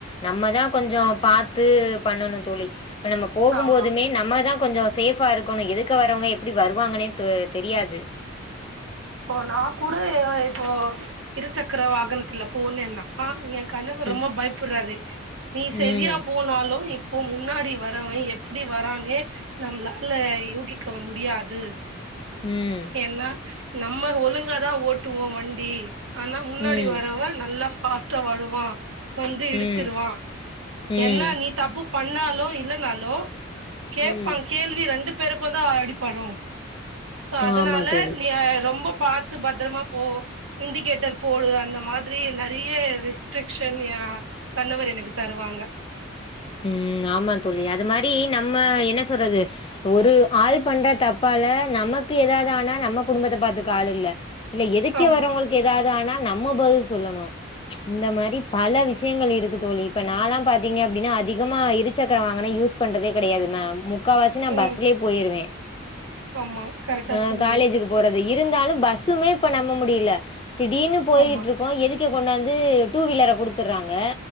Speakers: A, on the left; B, on the right.
A: நம்மதா கொஞ்சோ பாத்து பண்ணணு தோழி ப்ப நம்ம போகும்
B: ஆமா
A: போதுமே நம்மதா கொஞ்சோ சேஃபா இருக்கணு எதுக்க வரவங்க எப்பிடி வருவாங்கனே தொ தெரியாது
B: இப்போ நா கூட அ இப்போ இருசக்கர வாகனத்துல போனேன்னா எ கணவ
A: ம்.
B: ரொம்ப பயப்புர்றாரு நீ செரியா
A: ம்.
B: போனாலு இப் ப்போ முன்னாடி வரவே எப்டி வரானே நம்ளால யூகிக்கவ முடியாது
A: ம்.
B: என்னா நம்ம ஒழுங்காதா ஓட்டுவோ வண்டி ஆனா முன்னாடி
A: ம்
B: வரவ நல்லாஃப் ஃபாஸ்ட்டா வருவா வந்து
A: ம்
B: இடிச்சிருவா
A: ம்
B: என்னா நீ தப்புப் பண்ணாலு இல்லனாலு கேட்பா
A: ம்
B: கேள்வி ரண்டுப் பேருக்குந்தா அடிப்படு சோ அதனால
A: ஆமா தோழி
B: நீ ஏ ரொம்பப் பாத்து பத்தரமா போ இண்டிகேட்டர் போடு அந்த மாதிரி நெறைய ரிஸ்ட்ரிக்ஸன் எ கணவர் எனக்கு தருவாங்க
A: ம் ஆமா தோழி அது மாரி நம்ம என்ன சொல்றது ஒரு ஆள் பண்ற தப்பால நமக்கு எதாது ஆனா நம்ம குடும்பத்த பாத்துக்க ஆள் இல்ல இல்ல எதுக்கே
B: ஆமா
A: வரவங்களுக் எதாது ஆனா நம்ம பதில் சொல்லணு இந்த மாரி பல விஷ்யங்கள் இருக்கு தோழி இப்ப நாலா பாத்தீங்க அப்டினா அ திகமா இருச்சக்கர வாகனோ யூஸ் பண்றதே கெடையாது மேம் மு க்காவாசி நா
B: ம்
A: பஸ்லியே போயிருவே
B: ஆமா கரெக்ட்டா
A: ஆ
B: சொன்னீங்க.
A: காலேஜுக்கு போறது இருந்தாலு பஸ்ஸுமே இப்ப நம்ப முடியல. திடீனு போயிட்ருக்கோ
B: ஆமா
A: எதுக்க கொண்டாந்து டூவிலர குடுத்துர்றாங்க